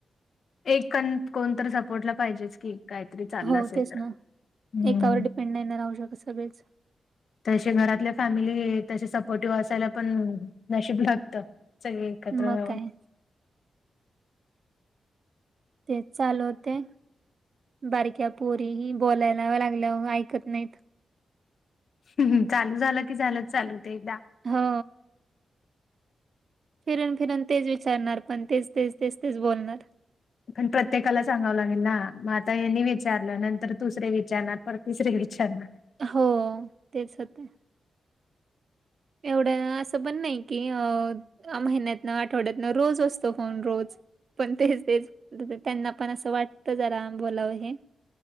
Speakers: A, on the left (about 60°); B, on the right (about 55°).
A: एक कण, कोणतर सपोर्टला पाहिजेच की. कायतरी चाललं
B: हो
A: असेल
B: तेच
A: तर,
B: ना
A: हम्म.
B: एकावर डिपेंड नाही ना राहू शकत सगळेच
A: तसे घरातल्या फॅमिली तसे सपोर्टिव्ह असायला पण, नशीब लागत. सगळी एकत्र
B: मग
A: राहून.
B: काय तेच चालवते. बारक्या पोरी ही बोलायला लागल्यावर ऐकत नाहीत.
A: ह्म्म्म, चालू झालं की झालंच चालू ते एकदा.
B: हा. फिरून -फिरून तेच विचारणार पण तेच, तेच, तेच, तेच बोलणार.
A: पण प्रत्येकाला सांगावं लागेल ना, म आता हेनी विचारलं नंतर दुसरे विचारणार, परत तिसरे विचारणार.
B: हो तेच होते. एवढं असं पण नाही, की अ, महिन्यातन, आठवड्यातन रोज असतो फोन रोज. पण तेच, तेच जस त्यांना पण असं वाटतं जरा बोलावं हे.